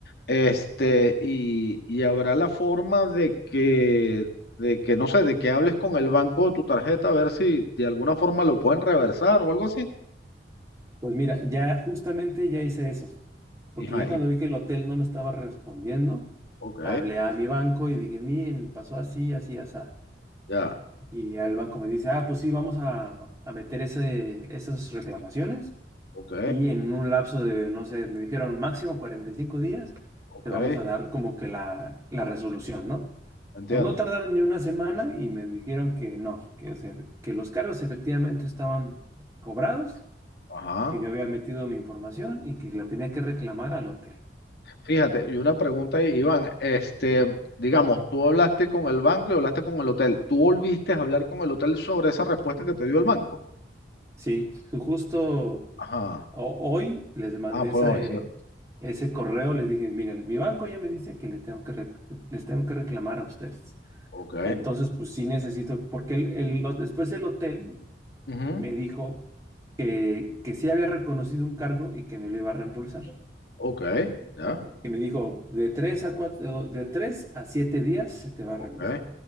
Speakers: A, on the left; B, on the right.
A: Este, y, y habrá la forma de que, de que, no sé, de que hables con el banco de tu tarjeta a ver si de alguna forma lo pueden reversar o algo así.
B: Pues mira, ya justamente ya hice eso, porque
A: Ajá,
B: ya
A: y-
B: cuando vi que el hotel no me estaba respondiendo,
A: ok,
B: hablé a mi banco y dije, miren, pasó así, así, así.
A: ya,
B: Y al banco me dice, ah, pues sí, vamos a, a meter ese, esas reclamaciones
A: ok,
B: y en un lapso de, no sé, me dijeron máximo 45 días,
A: ok,
B: te vamos a dar como que la, la resolución, ¿no?
A: entiendo.
B: Pues no tardaron ni una semana y me dijeron que no, que, se- que los cargos efectivamente estaban cobrados,
A: Ajá.
B: que yo había metido mi información y que la tenía que reclamar al hotel.
A: Fíjate, y una pregunta, Iván, este, digamos, tú hablaste con el banco y hablaste con el hotel. ¿Tú volviste a hablar con el hotel sobre esa respuesta que te dio el banco?
B: Sí, su justo
A: Ajá.
B: O- hoy les mandé
A: Ah, pues
B: esa,
A: hoy,
B: eh,
A: cierto.
B: ese correo, les dije, miren, mi banco ya me dice que le tengo que re- les tengo que reclamar a ustedes.
A: Ok.
B: Entonces, pues sí necesito, porque el, el- lo- después el hotel
A: Ujú.
B: me dijo que, que sí había reconocido un cargo y que me lo iba a reembolsar.
A: Ok, ya,
B: Y que me dijo, de tres a cuatro, de tres a siete días se te va a
A: ok,
B: reembolsar.